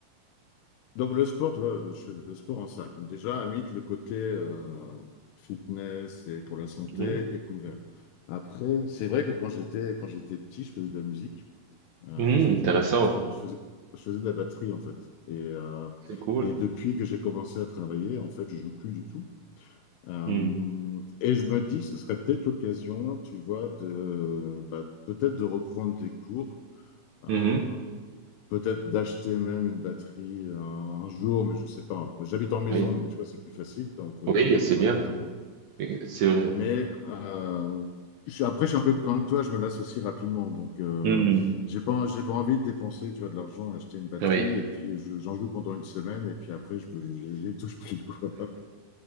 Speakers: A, on the left; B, on the right.
A: Donc le sport, tu vois, je fais du sport en salle. Donc, déjà, à mythe, le côté euh, fitness et pour la santé
B: Mhm.
A: est couvert. Après, c'est vrai que quand j'étais quand j'étais petit, je faisais de la musique, euh,
B: Mhm,
A: je faisais
B: intéressant,
A: de la batterie, je faisais, je faisais de la batterie en fait. Et, euh,
B: c'est cool.
A: et depuis que j'ai commencé à travailler, en fait, je joue plus du tout. Euh,
B: Mhm.
A: et je me dis, ce serait peut-être l'occasion, tu vois, de bah, peut-être de reprendre des cours. Euh,
B: Mhm.
A: peut-être d'acheter même une batterie euh, un jour, mais je sais pas. J'habite en maison,
B: Oui,
A: donc tu vois, c'est plus facile que, que
B: oui,
A: dans
B: c'est bien,
A: un appartement.
B: c'est vrai.
A: Mais euh, je suis- après, je suis un peu comme toi, je me lasse aussi rapidement. Donc, euh,
B: Mhm.
A: j'ai pas, j'ai pas envie de dépenser, tu vois, de l'argent à acheter une batterie.
B: Oui.
A: Et puis, je- j'en joue pendant une semaine. Et puis après, je, je, j'y touche plus, quoi. <laughs>